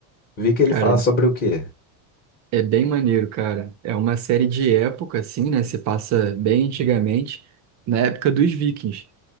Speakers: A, on the left (about 25°); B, on the right (about 40°).
A: VIX ele
B: Cara,
A: fala sobre o quê?
B: É bem maneiro, cara. É uma série de época, assim, né? Se passa bem antigamente, na época dos Vikings,